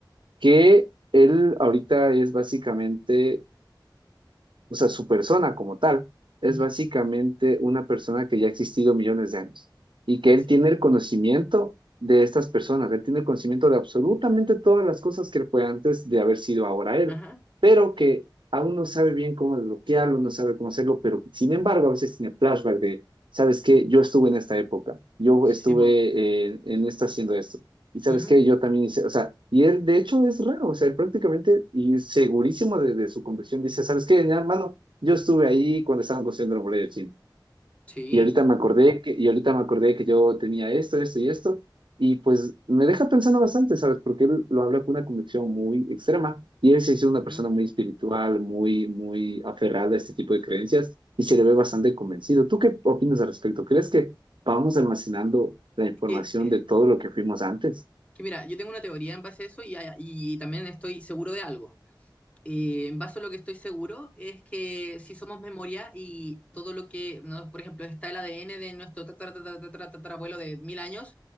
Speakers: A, on the right; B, on the left.
A: que él ahorita es básicamente o sea, su persona como tal es
B: Ujú.
A: básicamente una persona que ya ha existido millones de años y que
B: Sí,
A: él tiene el conocimiento de estas personas, él tiene el conocimiento de absolutamente todas las cosas que fue antes de haber sido ahora él,
B: Ajá.
A: pero que aún no sabe bien cómo desbloquearlo, no sabe cómo hacerlo, pero sin embargo a veces tiene flashback de, ¿sabes qué? Yo estuve en esta época, yo
B: Sí,
A: estuve
B: po.
A: eh, en esta haciendo esto. Y sabes
B: Ujú.
A: qué, yo también hice, o sea, y él de hecho es raro, o sea, él prácticamente y segurísimo de, de su convicción dice, ¿sabes qué, mi hermano? Yo estuve ahí cuando estaban construyendo la muralla de China.
B: Sí.
A: Y ahorita me acordé que, y ahorita me acordé que yo tenía esto, esto y esto. Y pues me deja pensando bastante, ¿sabes? Porque él lo habla con una convicción muy extrema. Y él se hizo una
B: Ujú.
A: persona muy espiritual, muy, muy aferrada a este tipo de creencias y se le ve bastante convencido. ¿Tú qué opinas al respecto? ¿Crees que vamos almacenando la información
B: Es Que, es
A: de todo lo que fuimos antes?
B: que mira, yo tengo una teoría en base a eso y, y también estoy seguro de algo. Eh, en base a lo que estoy seguro es que si somos memoria y todo lo que, ¿no? por ejemplo, está el ADN de nuestro tatara- tatara- tatara- tatarabuelo de mil años